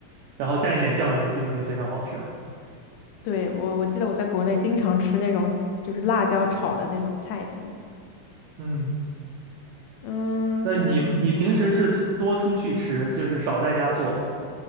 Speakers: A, on the right; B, on the left.
A: 然后蘸一点酱油就已经非常好吃了。
B: 对，我我记得我在国内经常吃那种就是辣椒炒的那种菜心，
A: 嗯。
B: 嗯，
A: 那你你平时是多多出去吃，
B: 可能。
A: 就是少在家做。